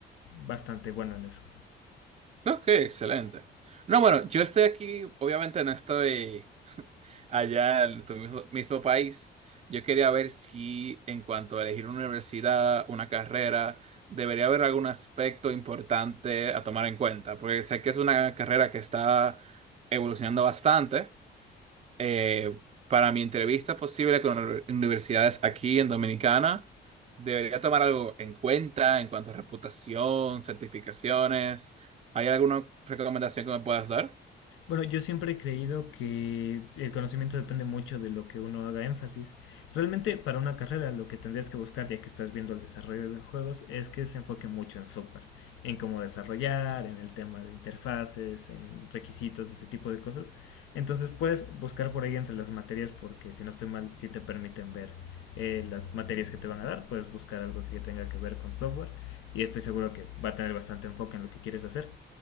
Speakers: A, on the left; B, on the right.
A: bastante bueno en eso.
B: Ok, excelente. No, bueno, yo estoy aquí, obviamente no estoy. allá en tu mismo, mismo país, yo quería ver si en cuanto a elegir una universidad, una carrera, debería haber algún aspecto importante a tomar en cuenta, porque sé que es una carrera que está evolucionando bastante. Eh, para mi entrevista posible con uni- universidades aquí en Dominicana, debería tomar algo en cuenta en cuanto a reputación, certificaciones. ¿Hay alguna recomendación que me puedas dar?
A: Bueno, yo siempre he creído que el conocimiento depende mucho de lo que uno haga énfasis. Realmente para una carrera lo que tendrías que buscar, ya que estás viendo el desarrollo de juegos, es que se enfoque mucho en software, en cómo desarrollar, en el tema de interfaces, en requisitos, ese tipo de cosas. Entonces puedes buscar por ahí entre las materias porque si no estoy mal, si te permiten ver eh, las materias que te van a dar, puedes buscar algo que tenga que ver con software y estoy seguro que va a tener bastante enfoque en lo que quieres hacer.